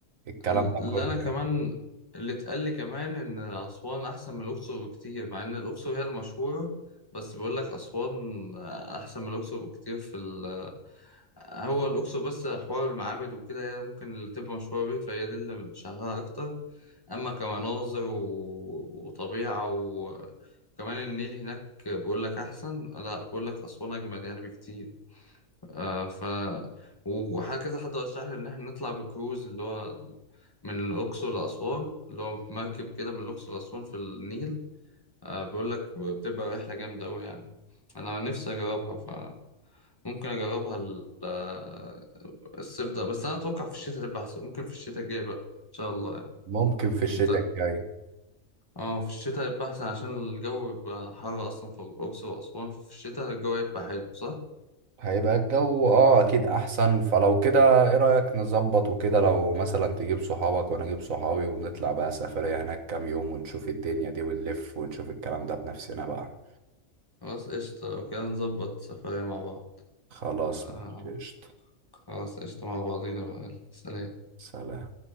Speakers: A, on the right; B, on the left.
A: الكلام
B: اللي
A: ده كله
B: انا كمان
A: يعني
B: اللي اتقال لي كمان ان اسوان احسن من الاقصر بكتير مع ان الاقصر هي المشهوره بس بيقول لك اسوان احسن من الاقصر بكتير في ال... هو الاقصر بس حوار المعابد وكده هي ممكن اللي تبقى مشهوره بيه فهي دي اللي شغاله اكتر اما كمناظر و... وطبيعه و- وكمان النيل هناك بيقول لك احسن لا بيقول لك اسوان اجمل يعني بكتير آه ف وهكذا حد رشح لي ان احنا نطلع بكروز اللي هو من الاقصر لاسوان اللي هو مركب كده من الاقصر لاسوان في النيل آه بيقول لك بتبقى رحله جامده قوي يعني انا نفسي اجربها فممكن اجربها ال- آه، الصيف ده بس انا اتوقع في الشتاء تبقى احسن ممكن في الشتاء الجاي بقى ان شاء الله يعني
A: ممكن في الشتاء
B: انت
A: الجاي
B: اه في الشتاء يبقى احسن عشان الجو بيبقى حر اصلا في الاقصر واسوان في الشتاء الجو يبقى حلو صح
A: هيبقى الجو اه اكيد احسن فلو كده ايه رأيك نظبط وكده لو مثلا تجيب صحابك وانا اجيب صحابي ونطلع بقى سفرية هناك كام يوم ونشوف الدنيا دي ونلف ونشوف الكلام ده بنفسنا بقى
B: خلاص قشطة لو كده نظبط سفرية مع بعض
A: خلاص
B: آه،
A: ماشي، قشطة
B: خلاص قشطة مع بعضينا بقى يلا، سلام
A: سلام